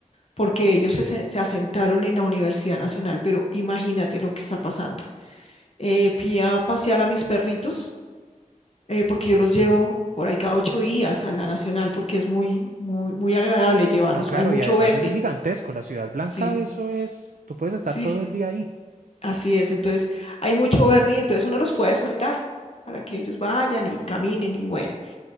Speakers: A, on the left; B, on the right.
A: porque ellos se, se- se asentaron en la Universidad Nacional, pero imagínate lo que está pasando. Eh, fui a pasear a mis perritos, eh, porque yo los llevo por ahí cada ocho días a la Nacional, porque es muy, muy, muy agradable llevarlos.
B: No, claro,
A: Hay mucho
B: y además
A: verde,
B: eso es gigantesco. La Ciudad Blanca,
A: sí,
B: eso es, tú puedes estar
A: sí,
B: todo el día ahí.
A: así es. Entonces, hay mucho verde y entonces uno los puede soltar para que ellos vayan y caminen y bueno.